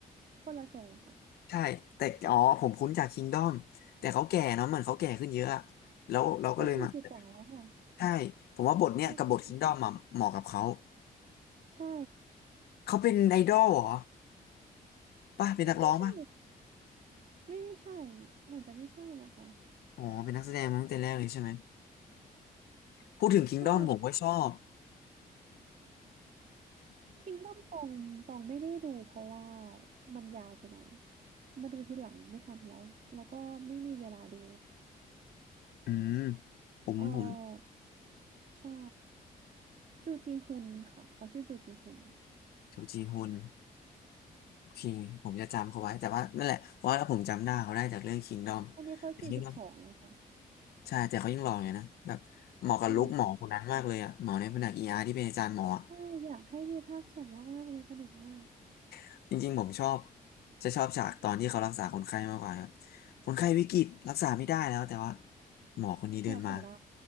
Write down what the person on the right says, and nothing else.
คนละทรงค่ะ
เขาสี่สิบกว่าแล้วค่ะ
ห้าสิบใช่
ไม่ใช่ไม่ใช่เหมือนจะไม่ใช่นะคะ
ใช่ คิงด o มตองตองไม่ได้ดูเพราะว่ามันยาวไปหน่อยมาดูทีหลังไม่ทันแล้วแล้วก็ไม่มีเวลาดู
เออใช่จูจีฮุนค่ะเขาชื่อจูจีฮุน
ตอนนี้เขาสี่สิบสองแล้วค่ะ
ใช่ใช่อยากให้มีภาคสองมากๆเลยสนุกมาก
เขารักษาได้